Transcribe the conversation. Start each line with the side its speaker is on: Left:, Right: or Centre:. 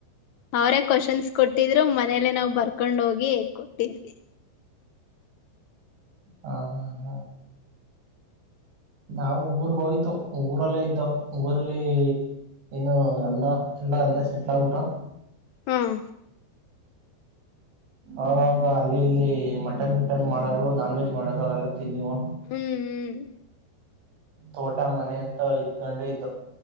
Left: ಅವರೇ ಕ್ವೆಶ್ಚನ್ಸ್ ಕೊಟ್ಟಿದ್ರು ಮನೆಲೆ ನಾವ್ ಬರ್ಕೊಂಡ್ ಹೋಗ್ ಏ ಕೊಟ್ಟಿದ್ವಿ
Right: ಹಾಂ ಹಾಂ ಹಾಂ. ನಾವು ಊರ್ಗೋಯ್ತು ಊರಲ್ಲೇ ಇದ್ದೋ, ಊರಲ್ಲಿ ಏನು ಎಲ್ಲಾ ಎಲ್ಲಾ ಅಲ್ಲೆ ಸೆಟ್ಲ್ ಆಗ್ಬಿಟ್ಟೋ
Left: ಹಾಂ
Right: ಆವಾಗ ಅಲ್ಲಿ ಇಲ್ಲಿ ಮಟನ್ ಗಿಟನ್ ಮಾಡೋರು ನಾನ್ ವೆಜ್ ಮಾಡೋರು ಅವೆಲ್ಲ ತಿನ್ನಿವೋ
Left: ಹ್ಮ್
Right: ತೋಟ ಮನೆ ಅಂತ ಇದ್ಕೊಂಡೆ ಇದ್ದೋ